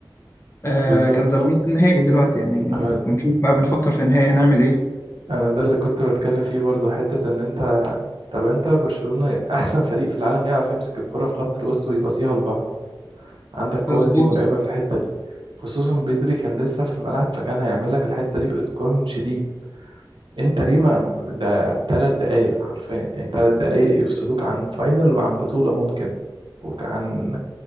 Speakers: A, on the left; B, on the right.
A: آه،
B: بالظبط
A: كان زماننا في النهائي دلوقتي يعني
B: اه،
A: ونشوف بقى بنفكر في النهائي هنعمل ايه
B: انا ده اللي كنت بتكلم فيه برضو حتة ان انت طب انت برشلونة احسن فريق في العالم يعرف يمسك الكرة في خط الوسط ويباصيها لبعض عندك كواليتي
A: مظبوط
B: مرعبة في الحتة دي خصوصا بدري كان لسه في الملعب فكان هيعمل لك الحتة دي بإتقان شديد انت ليه ما ده تلات دقايق حرفيا يعني تلات دقايق يفصلوك عن فاينل وعن بطولة ممكن وعن